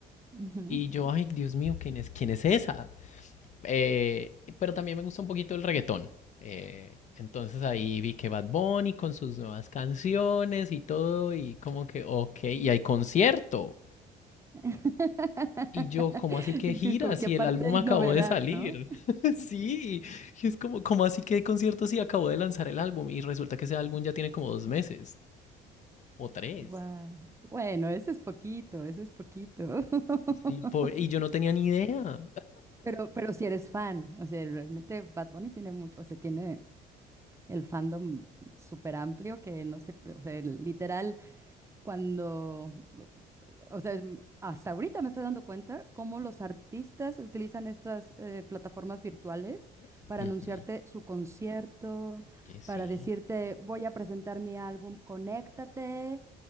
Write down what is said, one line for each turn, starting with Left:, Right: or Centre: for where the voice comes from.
Right: Ujú.
Left: Y yo, ay, Dios mío, ¿quién es, quién es esa? Eh, pero también me gusta un poquito el reggaetón. Eh, entonces ahí vi que Bad Bunny con sus nuevas canciones y todo, y como que, ok, y hay concierto.
Right: <laughs>
Left: Y yo, ¿cómo así que
Right: Sí,
Left: gira?
Right: es como que
Left: Si
Right: aparte
Left: el álbum
Right: hay
Left: acabó
Right: novedad,
Left: de salir.
Right: ¿no?
Left: <laughs> Sí, y es como, ¿cómo así que hay conciertos si acabó de lanzar el álbum? Y resulta que ese álbum ya tiene como dos meses o tres.
Right: Wow. Bueno, eso es poquito, eso es poquito. <laughs>
Left: Y, po- y yo no tenía ni idea.
Right: Pero, pero si eres fan, o sea, realmente Bad Bunny tiene mucho, o sea, tiene el fandom súper amplio que no sé, o sea, literal, cuando O sea, es m- hasta ahorita me estoy dando cuenta cómo los artistas utilizan estas eh, plataformas virtuales
Left: <laughs>
Right: para anunciarte
Left: Ujú,
Right: su concierto,
Left: Oye, sí.
Right: para decirte, voy a presentar mi álbum, conéctate.